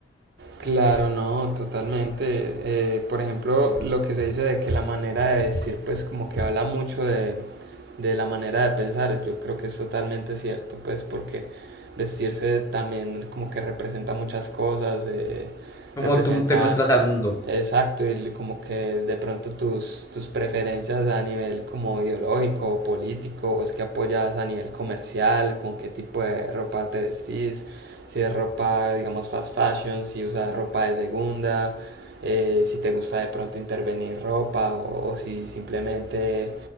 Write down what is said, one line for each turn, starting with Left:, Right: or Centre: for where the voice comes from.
Right: Claro, no, totalmente. Eh, por ejemplo, lo que se dice de que la manera de vestir, pues como que habla mucho de, de la manera de pensar, yo creo que es totalmente cierto, pues porque vestirse también como que representa muchas cosas, eh,
Left: Como
Right: representa
Left: tú te muestras al mundo.
Right: Exacto, y l- como que de pronto tus, tus preferencias a nivel como ideológico o político, o es que apoyas a nivel comercial, con qué tipo de ropa te vestís, si es ropa, digamos, fast fashion, si usas ropa de segunda, eh, si te gusta de pronto intervenir ropa, o, o si simplemente